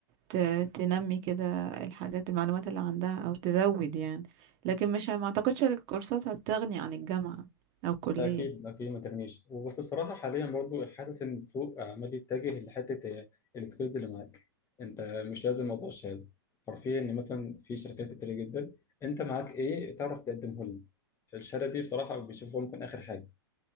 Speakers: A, on the right; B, on the left.
A: ت... تنمي كده الحاجات المعلومات اللي عندها او تزود يعني لكن مش ما اعتقدش ان الكورسات هتغني عن الجامعة او الكلية
B: لا اكيد اكيد ما تغنيش وبس بصراحه حاليا برضو حاسس ان السوق عمال يتجه لحته السكيلز اللي معاك انت مش لازم موضوع الشهاده حرفيا ان مثلا في شركات كتير جدا انت معاك ايه تعرف تقدمه لهم الشهاده دي بصراحه بيشوفوها ممكن اخر حاجه